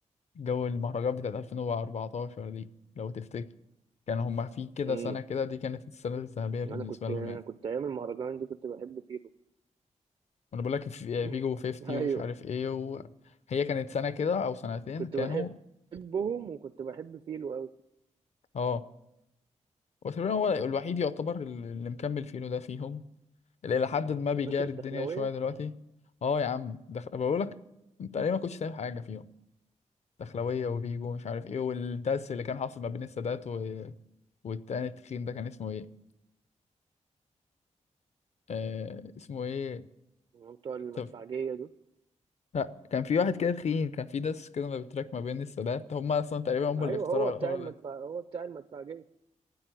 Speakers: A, on the left (about 60°); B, on the right (about 45°).
A: جو المهرجان بتاعت 2014 دي لو تفتكر كان هما في كده
B: مم.
A: سنه كده دي كانت السنه الذهبيه بالنسبه
B: انا كنت
A: لهم
B: انا
A: يعني
B: كنت ايام المهرجان دي كنت بحب فيلو
A: وانا بقول لك في-
B: <laughs>
A: فيجو وفيفتي ومش
B: ايوه
A: عارف ايه وهي كانت سنه كده او سنتين
B: كنت
A: كانوا
B: بحبهم وكنت بحب فيلو قوي
A: اه وتقريبا هو الوحيد يعتبر اللي مكمل فيه ده فيهم اللي الى حد ما
B: انت
A: بيجاري
B: فاكر الدخلاوية
A: الدنيا شويه دلوقتي اه يا عم دخل بقول لك انت ليه ما كنتش سايب حاجه فيهم دخلويه وبيجو ومش عارف ايه والدس اللي كان حاصل ما بين السادات و... والتاني التخين ده كان اسمه ايه آه اسمه ايه
B: بتوع المدفعجية
A: طب
B: دول
A: لا كان في واحد كده تخين كان في دس كده ما بتراك ما بين السادات هم اصلا تقريبا هم
B: ايوه
A: اللي اخترعوا
B: هو بتاع
A: الحوار
B: المدفع
A: ده
B: هو بتاع المدفعجيه